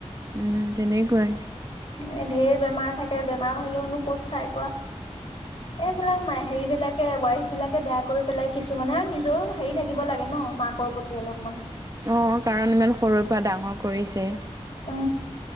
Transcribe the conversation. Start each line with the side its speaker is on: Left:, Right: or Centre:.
Right: উম তেনেকুৱাই।
Left: এ ধেৰ বেমাৰ থাকে, বেমাৰ হলেওনো ক'ত চাই কোৱা? এইবিলাক হেৰিবিলাকে ৱাইফবিলাকে বেয়া কৰি পেলাই কিছুমানে নিজৰো হেৰি থাকিব লাগে ন মাকৰ প্ৰতি অলপমান।
Right: অ কাৰণ ইমান সৰুৰ পৰা ডাঙৰ কৰিছে।
Left: অ।